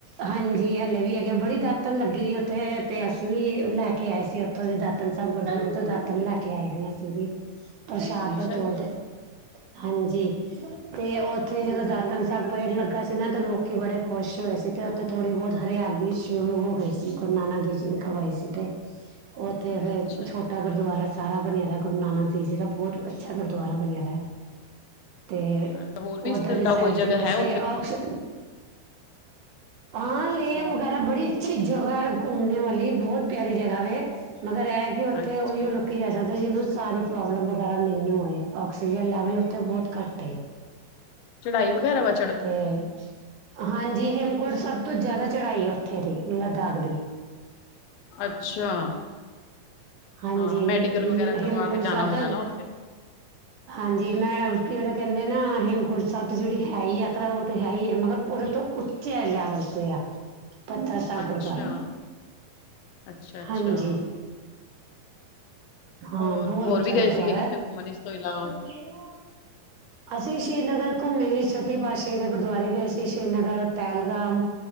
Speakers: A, on the right (about 65°); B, on the left (about 80°).
A: ਹਾਂਜੀ, ਹਲੇ ਵੀ ਹੈਗੇ ਏ ਬੜੀ ਦਾਤਨ ਲੱਗੀ ਉੱਥੇ ਤੇ ਅਸੀਂ ਵੀ ਲੈ ਕੇ ਆਏ ਸੀ ਉੇ- ਓਥੋਂ ਦੀ ਦਾਤਨ ਸੈਬ ਗੁਰਦੁਆਰੇ ਤੋਂ ਦਾਤਨ ਲੈ ਕੇ ਆਏ ਦੇਆਂ ਅਸੀ ਵੀ, ਪ੍ਰਸ਼ਾਦ
B: ਅੱਛਾ
A: ਦੇ ਤੌਰ
B: ਜੀ
A: ਤੇ। ਹਾਂਜੀ ਤੇ ਉੱਥੇ ਜਦੋਂ ਦਾਤਨ ਤਾਂ ਪੇੜ ਲੱਗਾ ਸੀ ਨਾ ਤੇ ਲੋਕੀ ਬੜੇ ਖੁਸ਼ ਹੋਏ ਸੀ ਤੇ ਓਥੇ ਥੋੜ੍ਹੀ ਬੋਹਤ ਹਰਿਆਲੀ ਸ਼ੁਰੂ ਹੋ ਗਈ ਸੀ। ਜੀ ਨਾਨਕ ਦੇਵ ਜੀ ਨੇ ਕਰਵਾਈ ਸੀ ਤੇ ਓਥੇ ਫੇਰ
B: ਅੱਛਾ
A: ਛੋਟਾ ਗੁਰਦੁਆਰਾ ਸਾਰਾ ਬਣੇਆ ਦਾ ਗੁਰੂ ਨਾਨਕ ਦੇਵ ਜੀ ਦਾ ਬੋਹਤ ਅੱਛਾ ਗੁਰਦੁਆਰਾ ਬਣੇਆ ਦਾ ਏ। ਤੇ
B: ਹਾਂ ਹੋਰ ਵੀ ਇਸ
A: ਉਧਰ
B: ਤੋਂ
A: ਦੀ ਸਾਈਡ
B: ਕੋਈ ਜਗ੍ਹਾ
A: ਚ ਵੈਸੇ
B: ਹੈ ਉੱਥੇ
A: ਔਸ ਹਾਂ ਲੇਹ
B: ਹਾਂਜੀ
A: ਵਗੈਰਾ ਬੜੀ ਅੱਛੀ ਜਗਾ ਹੈ ਘੁੰਮਣੇ ਵਾਲੀ ਬਹੁਤ ਪਿਆਰੀ ਜਗ੍ਹਾ ਵੇ ਮਗਰ ਇਹ ਕਿ ਉੱਥੇ
B: ਅੱਛਾ
A: ਉਹੀ ਲੋ ਤੁਸੀਂ ਵੀ ਜਾ ਸਕਦੇ ਜਿਹਨੂੰ ਸਾਰੀ ਪ੍ਰੋਬਲਮ ਵਗੈਰਾ ਨਹੀਂ ਹੋਏ ਆਕਸੀਜਨ ਲੈਵਲ ਉੱਥੇ ਬਹੁਤ ਘੱਟ ਏ।
B: ਚੜ੍ਹਾਈ ਵਗੈਰਾ ਵ-
A: ਤੇ, ਹਾਂਜੀ। ਹੇਮਕੋਟ ਸਭ ਤੋਂ ਜ਼ਿਆਦਾ ਚੜਾਈ ਹੈ, ਉੱਥੇ ਦੀ, ਲਦਾਖ ਦੀ।
B: ਅੱਛਾ!
A: ਹਾਂਜੀ
B: ਹਾਂ, ਮੈਡੀਕਲ
A: ਇਹ
B: ਵਗੈਰਾ ਕਰਵਾ
A: ਹੇਮਕੁੰਟ
B: ਕੇ, ਜਾਣਾ
A: ਸਾਹਿਬ
B: ਹੋਣਾ
A: ਤਾਂ
B: ਨਾ ਉੱਥੇ।
A: ਹਾਂਜੀ, ਮੈਂ ਜਿਹੜਾ ਕਹਿੰਦੇ ਨਾ, ਹੇਮਕੁੰਟ ਸਾਹਿਬ ਜਿਹੜੀ ਹੈ, ਯਾਤਰਾ ਉਹ ਤੇ ਹੈ ਹੀ ਹੈ। ਮਗਰ ਉਹਦੇ ਤੋਂ ਉੱਚੇ ਲੈਵਲ ਤ ਆ। ਪਤਾ ਸਾਹਿਬ ਗੁਰਦੁਆਰਾ,
B: ਅੱਛਾ ਅੱਛਾ ਅੱਛਾ
A: ਹਾਂਜੀ। ਹਾਂ,
B: ਹੋਰ
A: ਬਹੁਤ
B: ਹੋਰ
A: ਉੱਚਾ
B: ਵੀ ਗਏ
A: ਗੁਰਦੁਆਰਾ
B: ਸੀਗੇ ਕਿਤੇ
A: ਹੈ।
B: ਘੁੰਮਣ ਇਸ ਤੋਂ ਇਲਾਵਾ
A: ਨ <inaudible> ਅਸੀਂ ਸ਼੍ਰੀਨਗਰ ਘੁੰਮੇ ਸੀ। ਛੋਟੀ ਪਾਤਸ਼ਾਹੀ ਦੇ ਗੁਰਦੁਆਰੇ ਗਏ ਸੀ। ਸ਼੍ਰੀਨਗਰ, ਪਹਿਲਗਾਮ